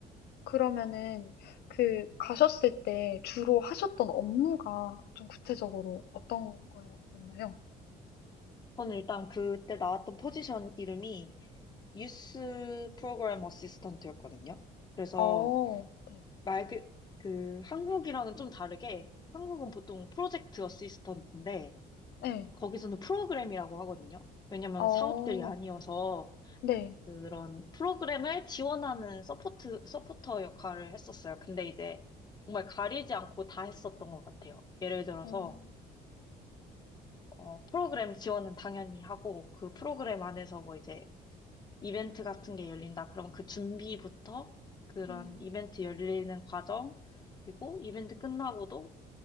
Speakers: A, on the left; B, on the left.
A: 그러면은 그 가셨을 때 주로 하셨던 업무가 좀 구체적으로 어떤 거였나요?
B: 저는 일단 그때 나왔던 포지션 이름이 유스 프로그램 어시스턴트였거든요. 그래서
A: 어, 네.
B: 말 그, 그 한국이랑은 좀 다르게 한국은 보통 프로젝트 어시스턴트인데
A: 네.
B: 거기서는 프로그램이라고 하거든요. 왜냐면
A: 어,
B: 사업들이 아니어서
A: 네.
B: 그런 프로그램을 지원하는 서포트, 서포터 역할을 했었어요. 근데 이제 정말 가리지 않고 다 했었던 것 같아요. 예를 들어서,
A: 어.
B: 어, 프로그램 지원은 당연히 하고, 그 프로그램 안에서 뭐 이제 이벤트 같은 게 열린다. 그럼 그 준비부터 그런
A: 음.
B: 이벤트 열리는 과정, 그리고 이벤트 끝나고도